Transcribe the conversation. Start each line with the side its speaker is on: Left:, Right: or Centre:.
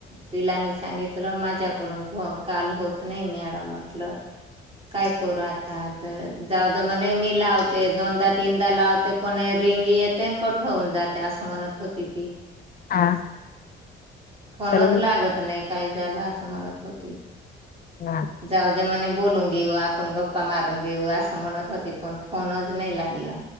Right: तिला मी सांगितलं माझ्याकडून काल होत नाही मॅडम म्हटलं काय करू आता तर जाऊद म्हणे मी लावते दोन तास तीनदा लावते पण रिंग येते कट होऊन जाते असं म्हणत होती ती.
Left: हा.
Right: फोनच
Left: तर
Right: लागत नाही काय झालं असं म्हणत होती.
Left: ना.
Right: जाऊ दे म्हणे बोलून घेऊ आपण गप्पा मारून घेऊ असं म्हणत होती पण फोनच नाही लागला.